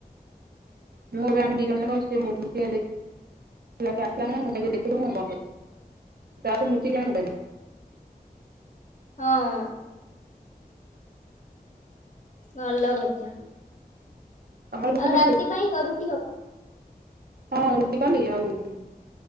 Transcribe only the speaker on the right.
ମୁଁ ଆଉ ଏବେ ଆମେ ଦି ଜଣ ଯାକ ସେ ମୋ-ସେ-ଦେ ପିଲା ଆସିଲାନି ମାନେ ମୋବାଇଲ ଯଦି ଦେଖିଥବୁ ମୁଁ ବନ୍ଦ କରୁ। ତାକୁ ଲୁଚିକି ଆମେ ମୋବାଇଲ ଦେଖୁ।
ତମର ରୁଟି
ଫୁଟି
ହଁ ରୁଟି କଲି। ଆଉ